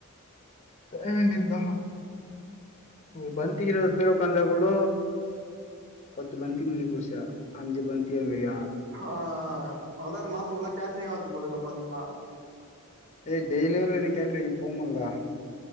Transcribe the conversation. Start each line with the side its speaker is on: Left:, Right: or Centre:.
Left: ஏ நிந்தா அ பல்டிகறது
Right: ம்
Left: இப்டியே உக்காந்தா கூட பத்து பந்தி
Right: ம்
Left: முஞ்சி
Right: ம்.
Left: போச்சா அஞ்சு பந்தி மீரியா
Right: ஆ அதா இந்த மாச ஃபுல்லா கேட்ரிங்கா எடுத்து போடுங்க பாதிங்ளா
Left: ஏ டெய்லி ஒரொரு கேட்ரிங் போ முல்லடா